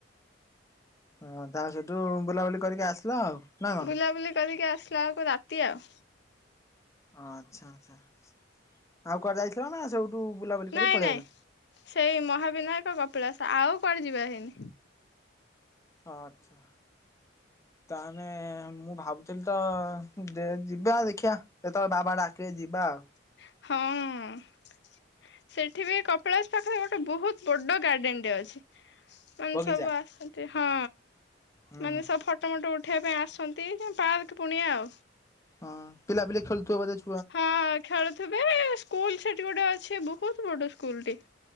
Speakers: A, on the left (about 15°); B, on the left (about 60°).
A: ଅଁ ତା ସେଠୁ ବୁଲାବୁଲି କରିକି ଆସିଲ ଆଉ। ନା କଣ
B: ବୁଲାବୁଲି କରିକି ଆସିଲା ଆଳକୁ ରାତି ଆଉ।
A: ଆଚ୍ଛା ଆଚ୍ଛା। ଆଉ କୁଆଡ଼େ ଯାଇଥିଲ ନା ସେଉଠୁ ବୁଲାବୁଲି
B: ନାଇଁ
A: କରି ପଳେଇ
B: ନାଇଁ
A: ଆଇଲ?
B: ସେଇ ମହାବିନାୟକ କପିଳାସ। ଆଉ କୁଆଡ଼େ ଯିବା ହେଇନି।
A: ଆ--ଚ୍ଛା ତାହେନେ ମୁଁ ଭାବୁଥିଲି ତ ଦେ ଯିବା ଦେଖିଆ। ଯେତବେଳେ ବାବା ଡାକିବେ ଯିବା ଆଉ।
B: ହଁ ସେଠି ବି କପିଳାସ ପାଖରେ ଗୋଟେ ବହୁତ ବଡ ଗାର୍ଡେନଟେ ଅଛି। ମାନେ
A: ବଗିଚା
B: ସବୁ ଆସନ୍ତି ହଁ
A: ହୁଁ
B: ମାନେ ସବୁ ଫ ମଟ ଉଠେଇବା ପାଇଁ ଆସନ୍ତି ପାର୍କ ପୁଣିଆ ଆଉ।
A: ହଁ ପିଲା ପିଲେ ଖେଳଥିବ ବ
B: ହଁ ଖେଳୁଥିବେ ସ୍କୁଲ ସେଠି ଗୋଟେ ଅଛି ବହୁତ ବଡ ସ୍କୁଲଟି।